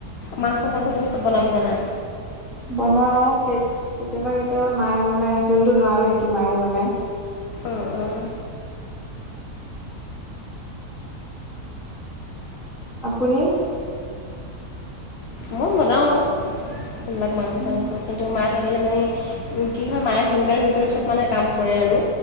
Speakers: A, on the left (about 60°); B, in the centre.
A: মাংস চাংস তুমি চব বনাব জানা
B: বনাও কেতিয়াবা কেতিয়াবা মায়ে বনাই যোনটো নোৱাৰো সেইটো মায়ে বনায়
A: অ অ
B: আপুনি
A: মই বনাও এইবিলাক মাংস
B: উম
A: চাংস কিন্তু মা থাকিলে মানে কি হয় মায়ে সোনকালে সোনকালে চব মানে কাম কৰে আৰু